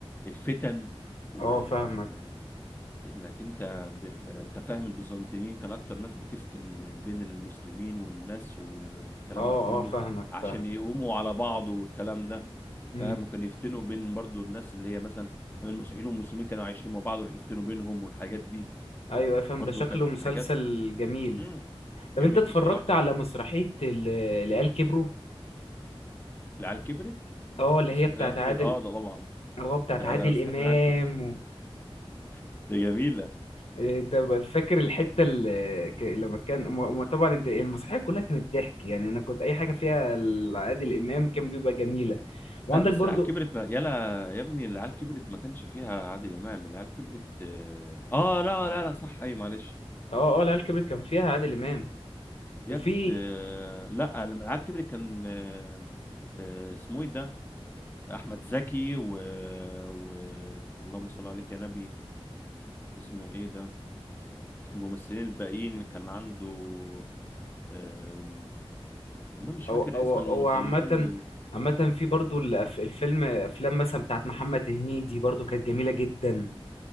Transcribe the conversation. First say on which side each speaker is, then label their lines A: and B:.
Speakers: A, on the left (about 20°); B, on the left (about 80°).
A: الفتن وانك
B: اه فاهمك
A: انت ب... ب- انت فاهم البيزنطيين كان اكتر ناس بتفتن بين المسلمين والناس وال- والكلام
B: اه
A: ده كله
B: اه فاهمك
A: عشان
B: فاهمك
A: يقوموا على بعض والكلام ده
B: امم
A: فاهم وكان يفتنوا بين برضو الناس اللي هي مثلا من المسيحيين والمسلمين كانوا عايشين مع بعض يروحوا يفتنوا بينهم والحاجات دي
B: ايوه فاهم
A: برضو
B: ده شكله
A: كانت
B: مسلسل
A: حاجات
B: جميل
A: مم.
B: طب
A: جميل
B: انت اتفرجت
A: بصراحة
B: على مسرحية ال- العيال كبروا
A: العيال كبرت
B: اه اللي
A: مسرحية
B: هي بتاعت
A: العيال كبرت
B: عادل
A: اه ده طبعا
B: اه بتاعت
A: ده
B: عادل
A: ده مسرحية
B: امام
A: العيال كبرت
B: و...
A: <laughs> ده جميلة
B: إيه، طب فاكر الحتة اللي ك- لما كان م- م- طبعا انت المسرحية كلها كانت ضحك يعني انا كنت اي حاجة فيها ال- عادل امام كان بيبقى جميلة وعندك
A: لا بس
B: برضو
A: العيال كبرت ما... يلا يا ابني العيال كبرت ما كانش فيها عادل إمام العيال كبرت اه آه، لا لا لا صح اي معلش
B: اه اه العيال كبرت كان فيها عادل امام
A: يد
B: وفي
A: آه، لا لما العيال كبرت كان آه، آه، اسمه ايه ده احمد زكي و... و اللهم صل عليك يا نبي اسمه ايه ده الممثلين الباقيين كان عنده آه، والله مش
B: او
A: فاكر
B: او
A: اسم المس-
B: او عامة
A: المسلسل
B: عامة في برضو الأف- الفيلم افلام مثلا بتاعت محمد هنيدي برضو كانت جميلة جدا